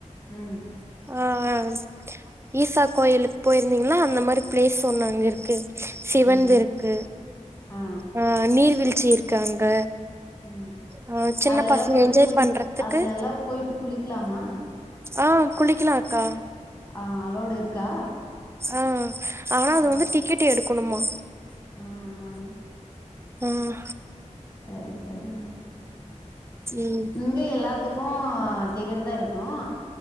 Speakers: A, on the left (about 35°); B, on the right (about 20°).
A: ம்
B: ஆ ஆ ஈசா கோயிலுக்கு போய்ர்ந்தீங்ளா அந்த மாரி ப்ளேஸ் ஒன்னு அங்க இருக்கு சிவன்து
A: ம்
B: இருக்கு
A: ஆ
B: அ நீர்வீழ்ச்சி இருக்கு அங்க
A: ம்
B: ஆ சின்ன
A: அதுலல்லா
B: பசங்க
A: போய்ட்டு
B: என்ஜாய்
A: குளி
B: பண்றதுக்கு
A: அதுல எல்லா போய்ட்டு குளிக்லாமா
B: ஆன் குளிக்கலாக்கா
A: ஆ அலோவ்டு இருக்கா
B: ஆன் ஆனா அது
A: ம்
B: வந்து டிக்கெட் எடுக்குணுமா
A: ஆ ஆ
B: ம்
A: செரி செரி ம்
B: ம்
A: க்கு எல்லாத்துக்கு டிக்கெட்டுதா எடுக்குணும்